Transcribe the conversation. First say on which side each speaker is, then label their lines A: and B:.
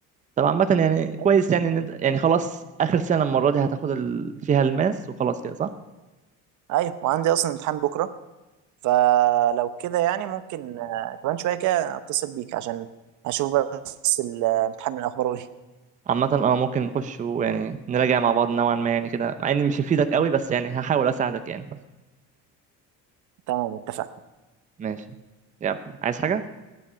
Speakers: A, on the right (about 25°); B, on the right (about 65°).
A: طب عامة يعني كويس
B: بس.
A: يعني ان انت يعني خلاص اخر سنة المرة دي هتاخد ال... فيها الماس وخلاص كده صح؟
B: ايوه وعندي اصلا امتحان بكره فلو كده يعني ممكن آه كمان شويه كده اتصل بيك عشان اشوف بس الامتحان من اخباره ايه
A: عامة اه ممكن نخش ويعني نراجع مع بعض نوعا ما يعني كده مع اني مش هفيدك قوي بس يعني هحاول اساعدك يعني
B: تمام اتفقنا
A: ماشي يلا عايز حاجة؟